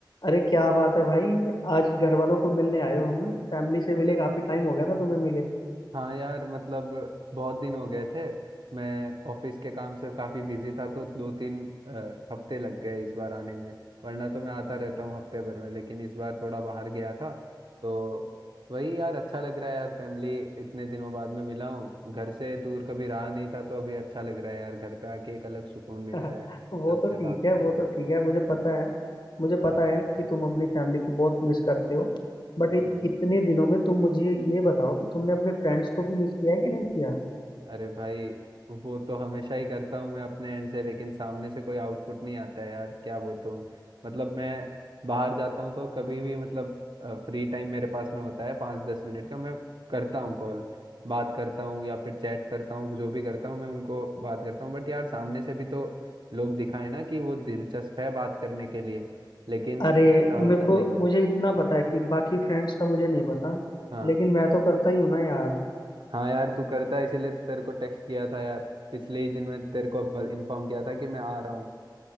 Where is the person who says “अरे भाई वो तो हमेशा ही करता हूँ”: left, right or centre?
Right